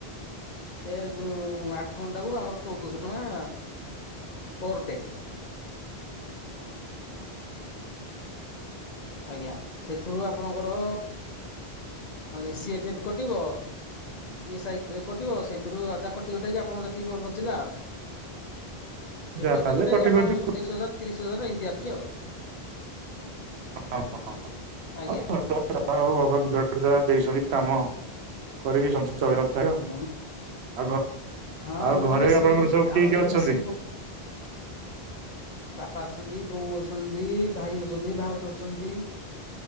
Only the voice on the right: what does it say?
ଯାହାହେଲେ
କଟି
କଟି
ହ <inaudible>
ଭଗବାନ ଯାହାହଉ ଭଗବାନ ଯୁଆଡୁ ଯାହା ଦେଇଚନ୍ତି କାମ କରିକି ସମସ୍ତେ ଚଳେଇବା। <unintelligible>
ଆଉ ଘ-
ଆଉ
ଘରେ
ଆପଣଙ୍କର
ସବୁ କିଏ
କିଏ
ଅଛନ୍ତି?